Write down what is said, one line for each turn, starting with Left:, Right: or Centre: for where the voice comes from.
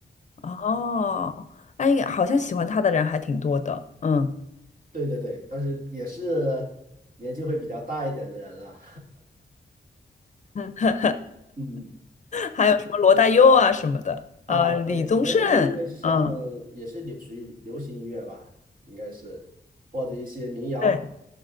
Left: 哦，哎，好像喜欢他的人还挺多的，嗯，
Right: 对对对，但是也是年纪会比较大一点的人了。
Left: <laughs>
Right: <laughs> 嗯。
Left: 还有什么罗大佑啊什么的，
Right: 啊，
Left: 呃，
Right: 对，
Left: 李宗盛，
Right: 热带乐应该是像也是流属于流行音乐吧，
Left: 嗯。
Right: 应该是或者一些民谣。
Left: 对。